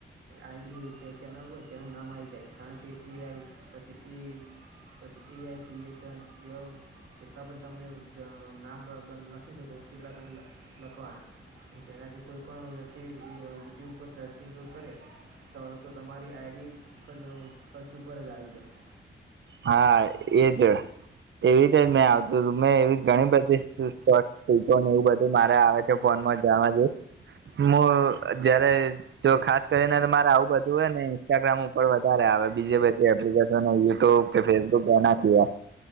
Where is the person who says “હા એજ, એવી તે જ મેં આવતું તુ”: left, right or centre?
Right